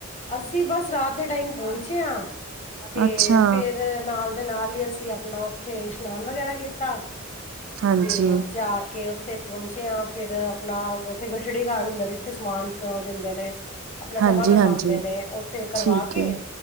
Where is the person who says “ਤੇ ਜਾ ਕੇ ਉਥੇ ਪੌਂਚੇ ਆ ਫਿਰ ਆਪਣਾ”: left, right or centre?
Left